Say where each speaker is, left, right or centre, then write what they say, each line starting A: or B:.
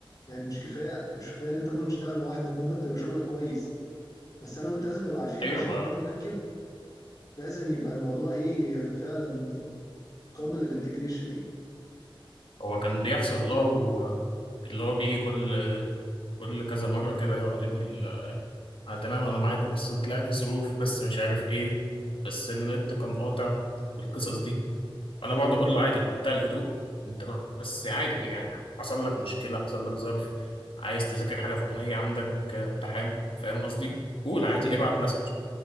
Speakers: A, on the left (about 40°); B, on the left (about 70°).
A: يعني مش كفايه مش كفايه ان انت ممكن تشتغل لوحدك وممكن تبقى شغلك كويس بس انا وانت لازم نبقى عارفين
B: ايوه
A: عشان
B: ما
A: نيجي نركب لازم يبقى الموضوع ايه فعلا قابل للانتجريشن ايه
B: هو كان بيحصل له آه، اللي هو بيجي كل آه، كل كذا مره كده يقعد يقول آه، انا تمام انا معاكم بس طلع لي ظروف بس مش عارف ايه بس النت كان قاطع والقصص دي انا
A: ايوه
B: بقعد اقول له عادي بمنتهى الهدوء انت بس عادي يعني حصل لك مشكله حصل لك ظرف عايز تذاكر حاجه فلانيه عندك آه، امتحان فاهم قصدي قول عادي
A: ايوه
B: ابعت مسج